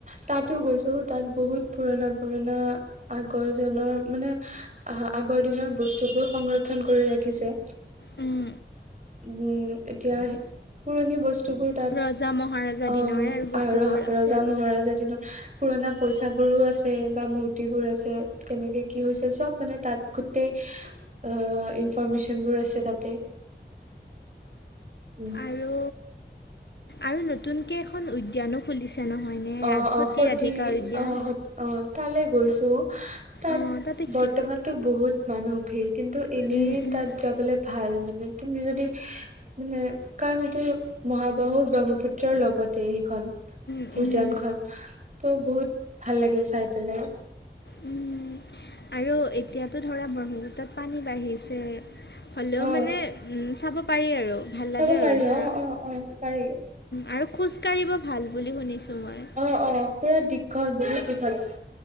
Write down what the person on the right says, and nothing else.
ত। গৈছো তাত বহুত পুৰণা পুৰণা আগৰজনৰ মানে আগৰ। বস্তুবোৰ সংৰক্ষণ কৰি ৰাখিছে।
উম এতিয়া পুৰণি বস্তু বস্তুবোৰ তাত
অ
আহ ৰ
ৰজা
মহাৰাজা দিনৰ পুৰণা পইচাবোৰো আছে বা মূৰ্তিবোৰ আছে কেনেকে কি হৈছিল চব মানে তাত গোটেই অ ইনফৰমেশচন বোৰ আছে তাতে। উম।
অ
অ সতি
অ অ তালৈ গৈছো। তাত
বৰ্তমানতো
বহুত মানুহ ভিৰ। কিন্তু এনেই
তাত যাবলে ভাল মানে। তুমি যদি মানে কাৰণ এইটো মহাবাহু ব্ৰহ্মপুত্ৰৰ লগতে সেইখন
উদ্যানখন
ত' বহুত ভাল লাগে চাই পেলাই।
অ
চাব
পাৰি
অ অ অ পাৰিম
অ অ পুৰা দীঘল বহুত দীঘল।